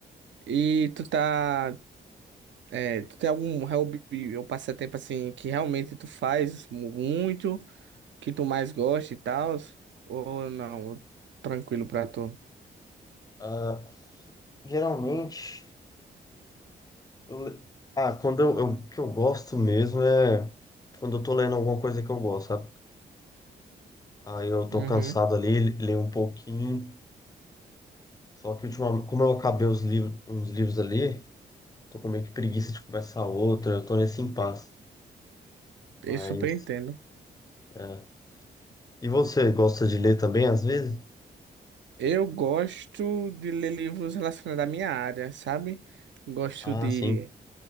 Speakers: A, on the right; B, on the left.
A: E tu tá. É, tu tem algum hobby ou passatempo assim que realmente tu faz muito, que tu mais gosta e tal? Ou não? Tranquilo pra tu?
B: Ah, Geralmente, eu, le- ah, quando eu, eu- o que eu gosto mesmo é quando eu tô lendo alguma coisa que eu gosto, sabe? Aí eu tô
A: Uhum.
B: cansado ali, leio um pouquinho. Só que ultimamente, como eu acabei os livros, uns livros ali, tô com meio que preguiça de começar outra, eu tô nesse impasse.
A: Eu
B: Mas,
A: super entendo.
B: é. E você, gosta de ler também às vezes?
A: Eu gosto de ler livros relacionados à minha área, sabe? Gosto
B: Ah,
A: de,
B: sim.